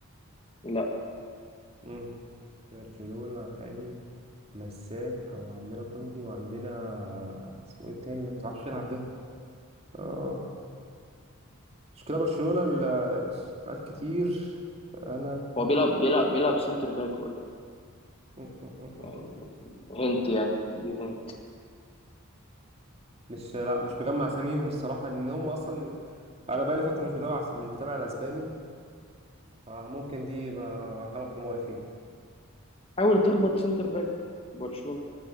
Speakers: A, on the left; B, on the right.
A: لا
B: مم. برشلونة حالي مساك وعندنا كوندي وعندنا اسمه ايه التاني ده اللي مبيعرفش يلعب ده اه مشكلة برشلونة ال- العيال كتير فأنا
A: هو بيلعب بيلعب بيلعب سنتر باك برضه.
B: مم. مم.
A: يعني
B: مم.
A: هنت يعني دي هنت
B: مش لا مش مجمع اساميهم الصراحة لأن هم أصلا أنا بقالي فترة مش بتابع مش بتابع الأسباني فممكن دي يبقى غلط حماري فيها
A: حاول تخبط سنتر باك برشلونة